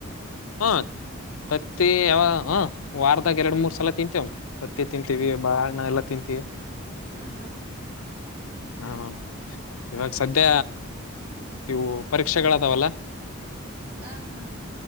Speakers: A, on the left; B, on the right.
A: ಹಾ ತತ್ತ ಯಾವ ಹ ವಾರದಾಗ ಎರಡ್ ಮೂರ್ ಸಲ ತಿಂತೇವ ಮತ್ತೆ ತಿಂತೀವಿ ಬಾಳಣ ಎಲ್ಲಾ ತಿಂತೀವಿ
B: ಹ್ಮ್ ಹ್ಮ್
A: ಹಾ ಇವಾಗ ಸದ್ಯ ನೀವು ಪರೀಕ್ಷೆಗಳದಾವಲ್ಲ
B: ಆ ಹಾ